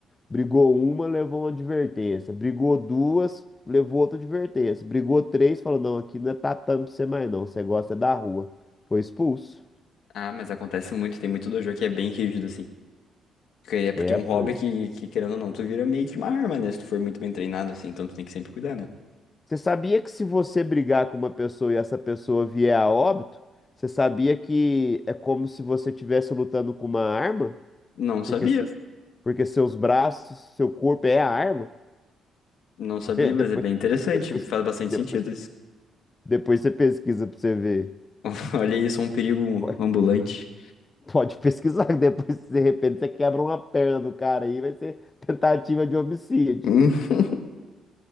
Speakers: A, on the left (about 25°); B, on the left (about 75°).
A: brigou uma, levou uma advertência. Brigou duas, levou outra advertência. Brigou três, falou, não, aqui não é tatame pra você mais não, você gosta é da rua. Foi expulso.
B: Ah, mas acontece muito, tem muito dojo que é bem rígido, assim. Porque É porque
A: É,
B: é um
A: pô.
B: hobby que, que, querendo ou não, tu vira meio que uma arma, né? Se tu for muito bem treinado, assim, então tu tem que sempre cuidar, né?
A: Você sabia que se você brigar com uma pessoa e essa pessoa vier a óbito, você sabia que é como se você estivesse lutando com uma arma?
B: Não sabia,
A: Porque, se- porque seus braços, seu corpo é a arma.
B: não sabia,
A: <laughs>
B: mas
A: Depois,
B: é bem interessante,
A: depois,
B: faz bastante
A: depois,
B: sentido isso.
A: depois você pesquisa pra você ver.
B: <laughs> Olha isso, é um perigo
A: Po-
B: ambulante.
A: Pode pesquisar, <laughs> depois de repente você quebra uma perna do cara aí, vai ser tentativa de homicídio.
B: <laughs>